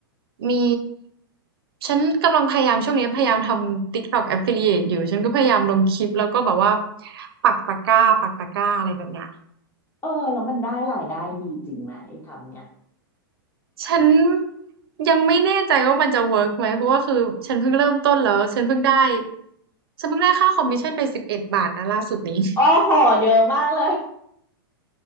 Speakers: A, on the right; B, on the left.
A: มีฉันกำลังพยายามช่วงนี้พยายามทำ TikTok Affiliate อยู่ฉันก็พยายามลงคลิปแล้วก็แบบว่าปักตะกร้าปักตะกร้าอะไรแบบเนี้ย
B: เออแล้วมันได้รายได้ดีจริงไหมไอ้ทำเนี่ย
A: ฉันยังไม่แน่ใจว่ามันจะเวิร์กไหมเพราะว่าคือฉันเพิ่งเริ่มต้นแล้วฉันเพิ่งได้ฉันเพิ่งได้ค่าคอมมิชชั่นไปสิบเอ็ดบาทนะล่าสุดนี้
B: โอ้โหเยอะมากเลย